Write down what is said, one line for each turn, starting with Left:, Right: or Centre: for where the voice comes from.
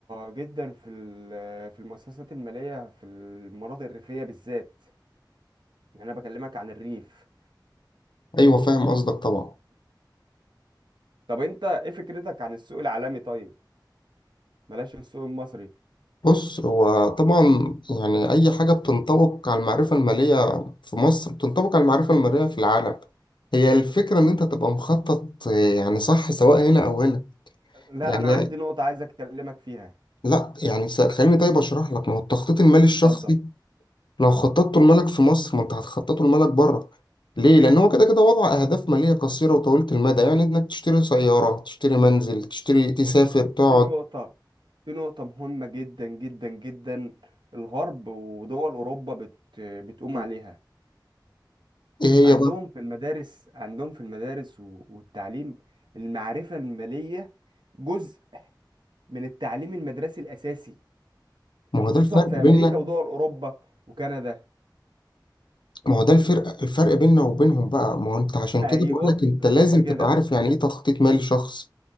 Right: جدا في ال- في المؤسسات المالية في المناطق الريفية بالذات يعني أنا بكلمك عن الريف
Left: ايوه فاهم قصدك طبعا
Right: طب أنت إيه فكرتك عن السوق العالمي طيب؟ بلاش السوق المصري
Left: بص هو طبعا يعني أي حاجة بتنطبق على المعرفة المالية في مصر بتنطبق على المعرفة المالية في العالم هي الفكرة إن أنت تبقى مخطط آه، يعني صح سواء هنا أو هنا
Right: لا
Left: يعني
Right: أنا عندي نقطة عايز أكلمك فيها
Left: لا يعني س- خليني طيب أشرح لك ما هو التخطيط المالي الشخصي
Right: اتفضل
Left: لو خططته لمالك في مصر ما أنت هتخططه لمالك بره ليه؟ لأن هو كده كده وضع أهداف مالية قصيرة وطويلة المدى يعني إنك تشتري سيارة تشتري منزل تشتري تسافر تقعد
Right: في نقطة في نقطة مهمة جدا جدا جدا الغرب ودول أوروبا بت بتقوم عليها
Left: إيه
Right: عندهم
Left: هي بقى؟
Right: في المدارس عندهم في المدارس و- والتعليم المعرفة المالية جزء من التعليم المدرسي الأساسي
Left: ما
Right: خصوصا
Left: هو ده الفرق
Right: في
Left: بيننا
Right: أمريكا ودول أوروبا وكندا
Left: ما هو ده الفرق الفرق بيننا وبينهم بقى ما هو انت عشان
Right: أيوه
Left: كده بقول لك انت
Right: بالظبط
Left: لازم
Right: كده
Left: تبقى عارف يعني ايه تخطيط مالي شخص